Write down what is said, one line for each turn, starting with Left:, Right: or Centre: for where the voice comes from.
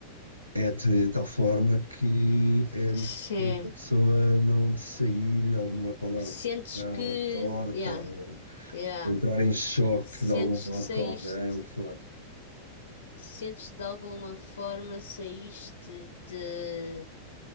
Right: É de tal forma que é difícil
Left: Sim,
Right: que a pessoa não lhe sair alguma palavra
Left: Sentes que,
Right: ou torta,
Left: yeah,
Right: ou
Left: yeah.
Right: entrar em choque
Left: Sentes
Right: de algum modo
Left: que saíste,
Right: com alguém, ou o que for.
Left: sentes que de alguma forma saíste de,